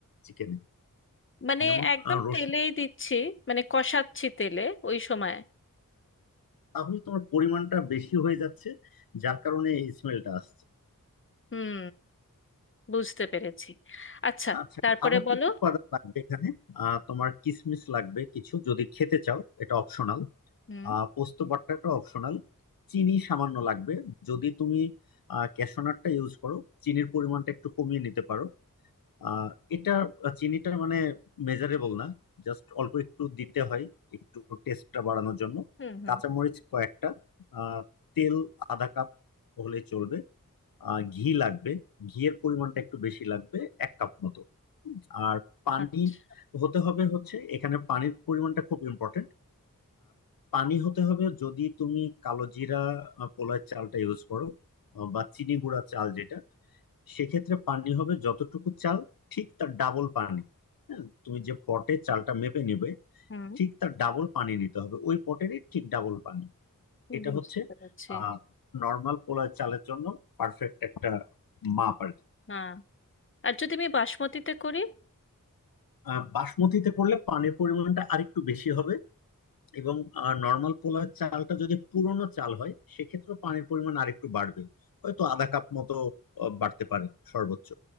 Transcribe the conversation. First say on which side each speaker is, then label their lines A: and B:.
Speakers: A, on the left; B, on the left.
A: চিকেনে
B: মানে
A: যেমন
B: একদম
A: আহ, রসুন
B: তেলেই দিচ্ছি মানে কষাচ্ছি তেলে ওই সময়
A: তাহলে তোমার পরিমাণটা বেশি হয়ে যাচ্ছে যার কারণে এই স্মেলটা আসছে
B: হুম বুঝতে পেরেছি আচ্ছা
A: আচ্ছা
B: তারপরে
A: আরো
B: বলো
A: কিছু উপাদান লাগবে এখানে আহ, তোমার কিশমিশ লাগবে কিছু যদি খেতে চাও এটা অপশনাল
B: হুম
A: আহ পোস্ত বাটাটা অপশনাল চিনি সামান্য লাগবে যদি তুমি আহ ক্যাশনারটা ইউজ করো চিনির পরিমাণটা একটু কমিয়ে নিতে পারো আহ, এটা আহ, চিনিটা মানে মেজারেবল না জাস্ট অল্প একটু দিতে হয় একটু টেস্টটা বাড়ানোর জন্য
B: হুম হুম
A: কাঁচামরিচ
B: হুম
A: কয়েকটা আহ, তেল আধা কাপ হলে চলবে আহ ঘি লাগবে ঘিয়ের পরিমাণটা একটু বেশি লাগবে এক কাপ মতো হুম, আর পানি
B: আচ্ছা
A: হতে হবে হচ্ছে এখানে পানির পরিমাণটা খুব ইম্পর্টেন্ট পানি হতে হবে যদি তুমি কালো জিরা আহ, পোলার চালটা ইউজ করো আহ, বা চিনি গুঁড়া চাল যেটা সেক্ষেত্রে পানি হবে যতটুকু চাল ঠিক তার ডাবল পানি হ্যাঁ তুমি যে পটে চালটা মেপে নিবে
B: হুম
A: ঠিক তার ডাবল পানি নিতে হবে ওই পটেরই ঠিক ডাবল পানি এটা
B: বুঝতে
A: হচ্ছে
B: পেরেছি
A: আহ নর্মাল পোলার চালের জন্য পারফেক্ট একটা মাপ আর কি
B: হ্যাঁ আর যদি আমি বাসমতিতে করি
A: আহ, বাসমতিতে করলে পানির পরিমাণটা আরেকটু বেশি হবে এবং নর্মাল পোলার চালটা যদি পুরনো চাল হয় সেক্ষেত্রে পানির পরিমাণ আরেকটু বাড়বে হয়তো আধা কাপ মতো আহ, বাড়তে পারে সর্বোচ্চ